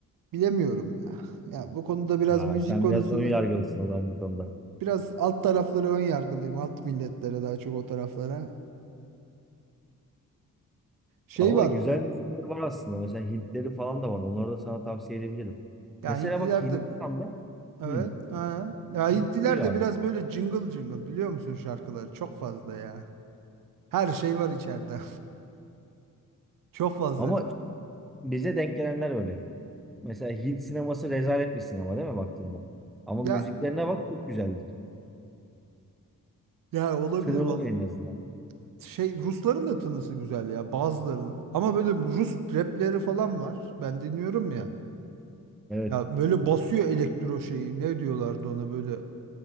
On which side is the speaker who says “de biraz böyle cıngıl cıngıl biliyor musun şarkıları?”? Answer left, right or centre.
Right